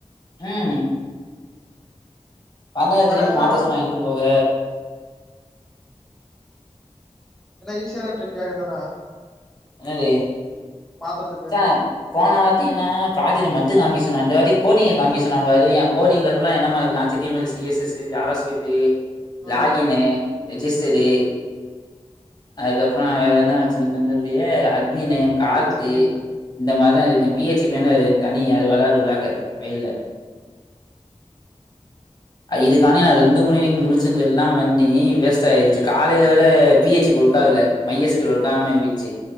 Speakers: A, on the left; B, in the centre.
A: ம் பண்ணத
B: வேற
A: திருப்பி
B: என்ன
A: மாத்த சொன்னா எங்கிட்டு போக
B: என்னா ஈஸியானா ட்ரிக் ஆகுதானா
A: என்னது
B: மாத்தறதுக்கு
A: சா போனா வாட்டீன்னா ப்ராஜக்ட் மட்டு காமிக்க சொன்னா இந்த வாட்டி கோடிங்க காமிக்க சொன்னா பாரு ஏ கோடிங்ல ஃபுல்லா என்னமா இருக்கு H T M L C S S JavaScript
B: ஆ
A: லாகின்னு ரெஜிஸ்ட்ரி
B: ஆ
A: அதுக்கப்பறோ வேற என்ன செஞ்தந்தது லியே அஜ்மின்னு கார்த்தி
B: பி ஹெச் பி
A: இந்த மாரிதா இருக்கே பி ஹெச் பி ன்னு அது தனி அது வராது உள்ளாக்க ஃபைல்ல அ இதுக்கானி நா ரெண்டு மணி வரைக்கும் முழுச்சிருந்து எல்லாம் பண்ணி வேஸ்ட் ஆயிருச்சு காலேல வேற பி ஹெச் பி வொர்க் ஆகல மை யஸ் கு யல் வொர்க் ஆகாம இருந்துச்சு